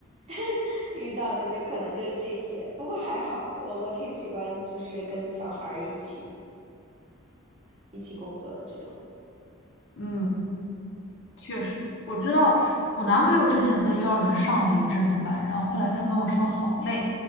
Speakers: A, on the right (about 30°); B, on the left (about 55°).
A: <laughs> 遇到的就可能就是这些。不过还好，我我挺喜欢就是跟小孩儿一起一起工作的这种。
B: 嗯，确实，我知道我男朋友之前在幼儿园上了一阵子班，然后后来他跟我说好累，